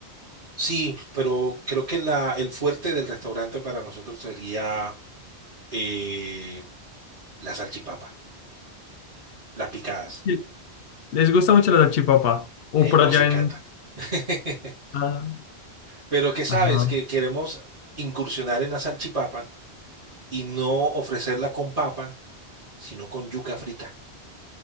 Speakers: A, on the right (about 35°); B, on the left (about 65°).
A: Sí, pero creo que la, el fuerte del restaurante para nosotros sería eh, la salchipapa, las picadas.
B: Sí, ¿Les gusta mucho la salchipapa? O
A: Eh,
B: por
A: nos
B: allá
A: encanta.
B: en...
A: <laughs>
B: ah,
A: Pero que sabes
B: ajá,
A: que queremos incursionar en la salchipapa y no ofrecerla con papa, sino con yuca frita.